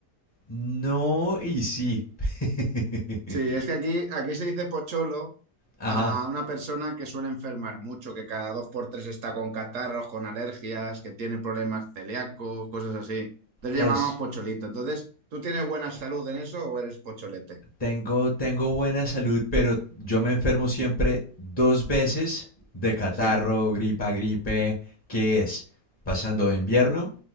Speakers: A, on the left; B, on the right.
A: no y sí. <laughs>
B: Sí, es que aquí, aquí se dice pocholo
A: Ajá,
B: a una persona que suele enfermar mucho, que cada dos por tres está con catarros, con alergias, que tiene problemas celíacos, cosas así. Entonces le
A: es
B: llamamos pocholito. Entonces, ¿tú tienes buena salud en eso o eres pocholete?
A: Tengo, tengo buena salud, pero yo me enfermo siempre dos veces de catarro,
B: Sí,
A: gripa, gripe, que es pasando de invierno